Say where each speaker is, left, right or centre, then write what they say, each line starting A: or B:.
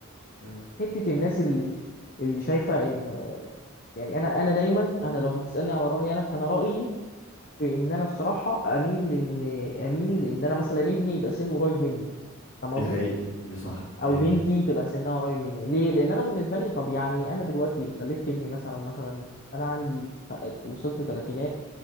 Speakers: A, on the left; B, on the left.
A: مم.
B: حته الناس اللي اللي شايفه ان يعني انا انا دايما انا لو هتسالني على رايي انا فانا رايي في ان انا الصراحه اميل ان اميل ان انا مثلا ابني يبقى سنه قريب مني فاهم
A: دي
B: قصدي؟
A: حقيقة دي صح دي
B: او بنتي تبقى سنها قريب مني ليه لان انا بالنسبه لي طب يعني انا دلوقتي خلفت ابني مثلا مثلا انا عندي وصلت ثلاثينات